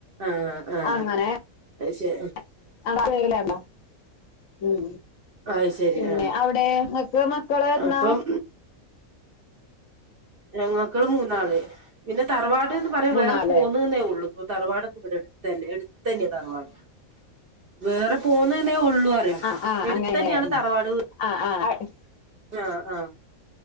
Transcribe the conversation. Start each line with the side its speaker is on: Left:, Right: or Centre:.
Right: ആഹ് ആഹ്
Left: അങ്ങനെ
Right: അഹ് ശെ
Left: <unintelligible> ഉം
Right: അത് ശരി
Left: പിന്നെ
Right: ആഹ്
Left: ഔടെ ഇങ്ങക്ക് മക്കള് <unintelligible>
Right: അപ്പം ഞങ്ങക്കള് മൂന്നാള് പിന്നെ തറവാട്ന്ന് പറയാൻ
Left: മൂന്നാളല്ലേ
Right: വേറെ പോുന്നൂന്നേഉള്ളൂ- തറവാടൊക്കെ ഇവിടെട്ത്തന്നെ എടുത്തെന്നെ തറവാട് വേറെ പോന്ന്ന്നേ ഒ ള്ളുറയ
Left: ആഹ് ആഹ്
Right: എടുത്തന്നെണ്
Left: അങ്ങനെ
Right: തറവാട്
Left: ആഹ് ആഹ്
Right: ആഹ് ആഹ് -